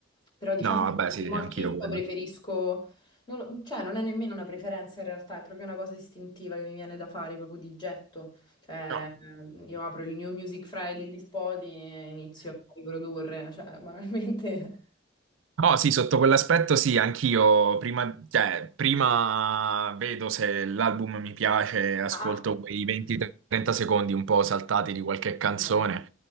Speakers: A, on the left; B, on the right.
A: Però diciamo
B: No, vabbè,
A: che di primo
B: sì, sì,
A: acchito
B: anch'io quello.
A: preferisco non lo- cioè, non è nemmeno una preferenza in realtà, è proprio una cosa istintiva che mi viene da fare proprio di getto. Cioè,
B: no.
A: ehm, io apro il New Music Friday di Spotify e inizio a riprodurre, cioè, banalmente.
B: Oh sì, sotto quell'aspetto sì, anch'io prima, cioè, prima vedo se l'album mi piace, ascolto
A: Ah.
B: quei 20-30 secondi un po' saltati di qualche
A: <laughs>
B: canzone,
A: Ok.